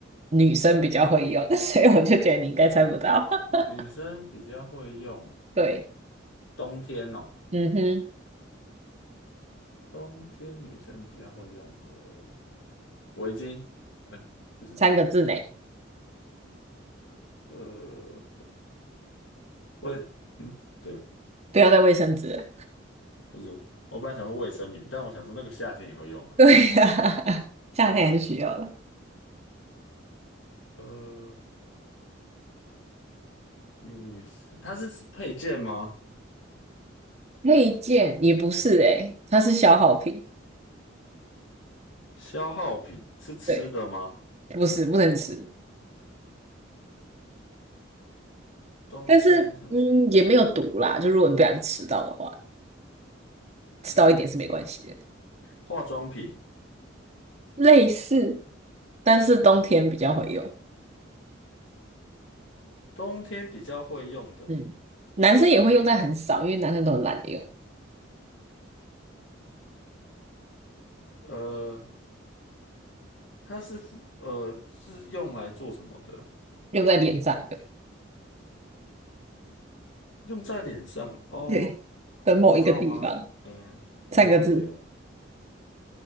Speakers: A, on the right; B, on the left.
A: 女生比较会用，<laughs> 所以我就觉得你应该猜不到。<laughs>
B: 女生比较会用
A: 对，
B: 冬天哦，
A: 嗯哼，
B: 冬天女生比较会用呃围巾，哎、不是不是，
A: 三个字内，
B: 呃卫，嗯不对，
A: 不要带卫生纸了
B: 不是，我本来想说卫生棉，但我想说那个夏天也会用啊。
A: <laughs> 对呀、<laughs> 夏天还是需要的。
B: 呃，女生它是配件吗？
A: 配件也不是诶、欸它是消耗品。
B: 消耗品是吃的吗？
A: 对，不是，不能吃。
B: 冬天很
A: 但是嗯，也没有毒啦，就如果你不想吃到的话，吃到一点是没关系的。
B: 化妆品，
A: 类似，但是冬天比较会用，
B: 冬天比较会用的，
A: 嗯，男生也会用，在很少，因为男生都很懒得用，
B: 呃，它是敷呃是用来做什么的？
A: 用在脸上的
B: 用在脸上哦。
A: 对，的某一个地方，
B: 口罩吗？嗯、嗯，
A: 三个字，
B: 不对哦，